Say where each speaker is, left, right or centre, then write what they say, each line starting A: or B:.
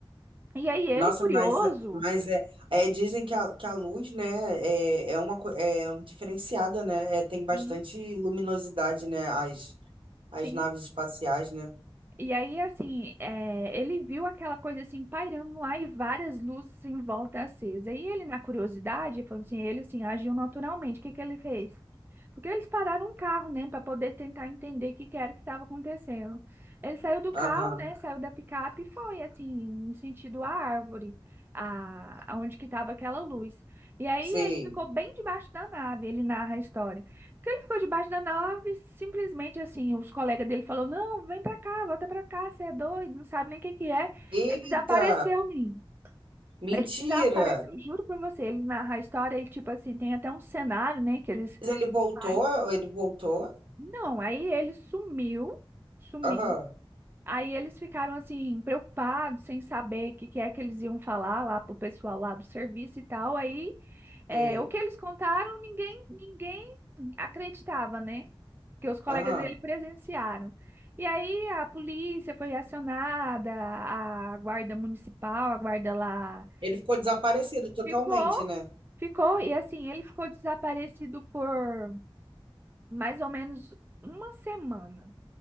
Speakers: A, on the right; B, on the right.
A: E aí ele,
B: Nossa,
A: curioso,
B: mas, é, mas é, é, dizem que a, que a luz, né, é, é uma co- é um diferenciada, né? É, tem bastante
A: Sim,
B: luminosidade, né? As, as
A: sim.
B: naves espaciais, né?
A: E aí, assim, é, ele viu aquela coisa assim pairando lá e várias luzes em volta acesa. E ele, na curiosidade, falou assim, ele assim, agiu naturalmente. O que que ele fez? Porque eles pararam um carro, né, para poder tentar entender o que que era que estava acontecendo. Ele saiu do carro,
B: Aham,
A: né, saiu da picape e foi, assim, em sentido à árvore, a, aonde que estava aquela luz. E aí
B: sei.
A: ele ficou bem debaixo da nave, ele narra a história. Que ele ficou debaixo da nave, simplesmente assim, os colegas dele falou: "Não, vem pra cá, volta pra cá, você é doido, não sabe nem o que que é".
B: Eita,
A: Ele desapareceu, menino.
B: mentira!
A: Ele desapareceu, juro pra você, ele narra a história e tipo assim, tem até um cenário, né, que eles
B: Mas ele voltou,
A: Ai,
B: ele voltou?
A: Não, aí ele sumiu, sumiu.
B: Aham,
A: Aí eles ficaram assim preocupados, sem saber o que que é que eles iam falar lá pro pessoal lá do serviço e tal. Aí, é,
B: sei.
A: o que eles contaram, ninguém, ninguém acreditava, né? que os colegas
B: Aham.
A: dele presenciaram. E aí a polícia foi acionada, a guarda municipal, a guarda lá
B: Ele ficou desaparecido totalmente,
A: ficou,
B: né?
A: ficou, e assim, ele ficou desaparecido por mais ou menos uma semana,